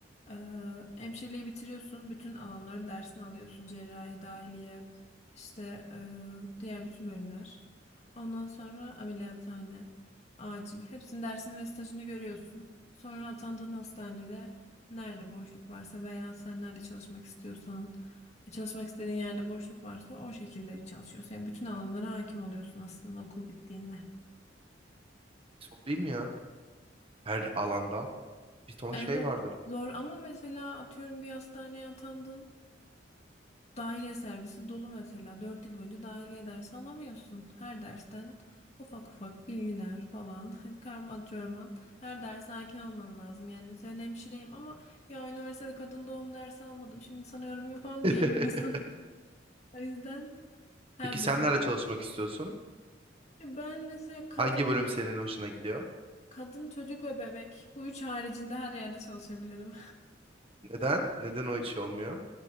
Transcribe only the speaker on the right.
Çok değil mi ya? Her alanda bir ton
şey vardır.
<laughs>
Peki sen
nerede çalışmak istiyorsun?
Hangi bölüm senin hoşuna gidiyor?
Neden? Neden o hiç olmuyor?